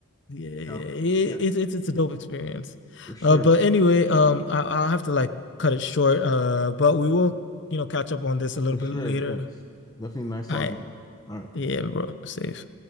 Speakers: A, on the left; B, on the left.
A: yeah, yeah, it,
B: know, yeah,
A: it's it's it's a dope experience.
B: for sure,
A: Uh, but anyway, um, I, I'll have to like cut it short. Uh, but we will, you know, catch up on this a little
B: for sure,
A: bit later.
B: yes, definitely nice talking
A: All right.
B: to you. All right.
A: Yeah, bro. Safe.